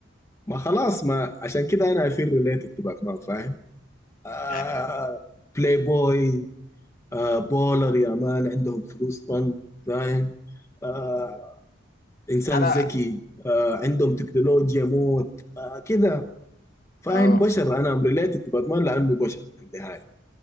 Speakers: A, on the left (about 15°); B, on the left (about 50°).
A: ما خلاص ما عشان كده انا افير ريليتد تو باتمان فاهم آه
B: يعني
A: بلاي بوي آه بولر يا مان عندهم فلوس طن فاهم آه انسان
B: انا
A: ذكي آه عندهم تكنولوجيا موت آه كده فاهم
B: اه
A: بشر انا ام ريليتد تو باتمان لانه بشر في النهايه